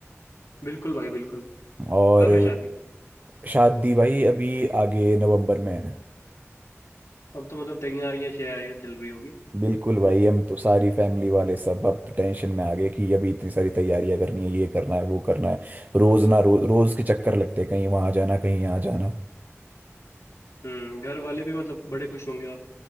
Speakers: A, on the left; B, on the right.
A: बिल्कुल भाई बिल्कुल
B: और
A: कब है शादी
B: शादी भाई अभी आगे नवंबर में है
A: तब तो मतलब तैयारियां शैयारियां चल रही होगी
B: बिल्कुल भाई हम तो सारी फैमिली वाले सब अब तो टेंशन में आ गए कि अभी इतनी सारी तैयारियां करनी है ये करना है वो करना है रोज ना रोज रोज
A: हम्म
B: के चक्कर लगते हैं कहीं वहां जाना कहीं यहाँ जाना
A: हम्म, घर वाले भी मतलब बड़े खुश होंगे और